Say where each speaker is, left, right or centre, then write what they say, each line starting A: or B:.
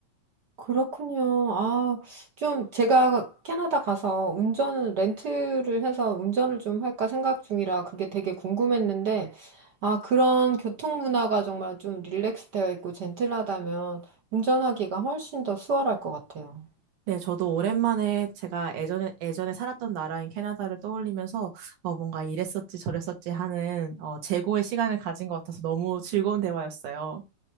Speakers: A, on the right (about 65°); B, on the right (about 80°).
A: 그렇군요. 아, 좀 제가 캐나다 가서 운전을 렌트를 해서 운전을 좀 할까 생각 중이라 그게 되게 궁금했는데, 아, 그런 교통 문화가 정말 좀 릴렉스되어 있고 젠틀하다면 운전하기가 훨씬 더 수월할 것 같아요.
B: 네, 저도 오랜만에 제가 예전에, 예전에 살았던 나라인 캐나다를 떠올리면서 어, 뭔가 이랬었지 저랬었지 하는 어, 재고의 시간을 가진 것 같아서 너무 즐거운 대화였어요.